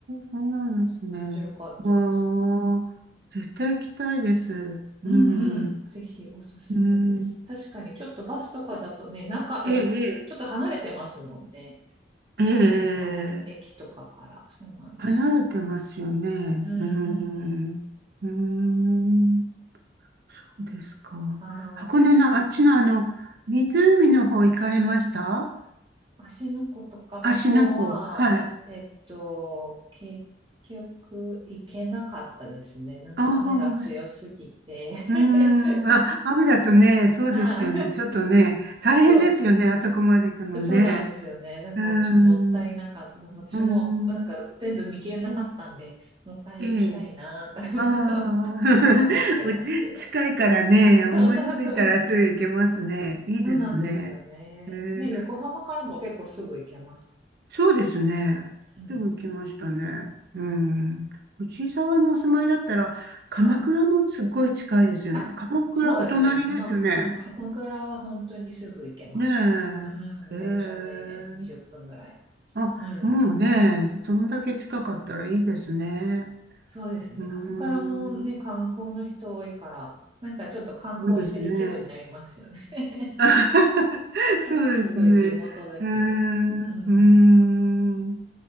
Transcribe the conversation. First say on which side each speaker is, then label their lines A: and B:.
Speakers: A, on the right; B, on the right.
A: そうなんですね。
B: 面白かったです。
A: わあ、絶対行きたいです。
B: うんうん、
A: うん、
B: ぜひおすすめです。
A: うん、
B: 確かにちょっとバスとかだとね、中、
A: ええ、
B: え、ちょっと離れてますもんね。
A: ええ、ええ
B: あの、駅とかから。そうなんですよ。
A: 離れてますよね。
B: うんうんうんうん。
A: うん、うん。そうですか。
B: はーい。
A: 箱根のあっちのあの、湖の方行かれました
B: 芦ノ湖とかの方は、
A: 芦ノ湖。はい。
B: えっと、結局行けなかったですね。なんか雨が強すぎて
A: ああ、うーん。
B: <laughs>
A: あ、雨だとね、そうですよね。
B: はい。
A: ちょっとね、大変ですよね。
B: そ
A: あそこまで行くのね。
B: う、そうなんですよね。なんからちょっともったいなかった。
A: うーん。
B: 私もなんか全部見切れなかったんで、
A: うーん。うん
B: もう一回行きたいなぁ
A: ええ。ああ。<laughs>
B: と <laughs> 思ってますけど。
A: 近いからね、思いついたらすぐ行けますね。
B: そうそうそう。
A: いいですね。
B: そうなんですよね。
A: ええ
B: ね、横浜からも結構すぐ行けます。
A: そうですね。
B: うん。
A: すぐ行きましたね。うん。藤井沢のお住まいだったら、鎌倉もすっごい近いですよね。
B: はい。あ、
A: 鎌倉、
B: そうですね。
A: お隣ですよね。
B: 鎌、もう鎌倉は本当にすぐ行けますね。
A: ねえ。
B: うん、電車で20分ぐらいな。
A: へえ。あ、
B: うん、
A: もうね、そんだけ近かったらいいですね。
B: そうですね。
A: うーん。
B: 鎌倉もね、観光の人多いから、なんかちょっと観光してる気分になりますよね。
A: 多いですね。<laughs>
B: <laughs>
A: そうですね。
B: すごい地元だけれど。
A: うーん。
B: うんう
A: うーん。